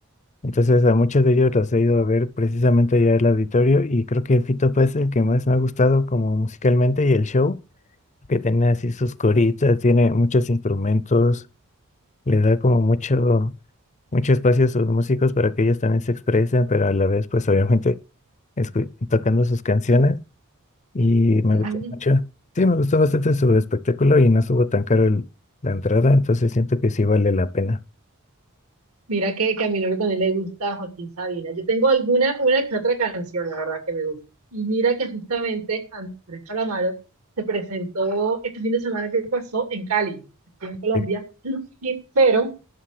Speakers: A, on the left; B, on the right.
A: Entonces a muchos de ellos los he ido a ver precisamente allá al auditorio y creo que Fito Páez es el que más me ha gustado como musicalmente y el show que tiene así sus coritas, tiene muchos instrumentos, le da como mucho, mucho espacio a sus músicos para que ellos también se expresen, pero a la vez pues obviamente escu- tocando sus canciones y me
B: Ujú.
A: gustó mucho. Sí, me gustó bastante su espectáculo y no estuvo tan caro el- la entrada, entonces siento que sí vale la pena.
B: Mira que, que a mi novio también le gusta Joaquín Sabina. Yo tengo alguna, una que otra canción, la verdad, que me gusta. Y mira que justamente Andrés Calamaro se presentó este fin de semana que pasó en Cali, aquí en Colombia,
A: Sí.
B: <clears throat> y, pero,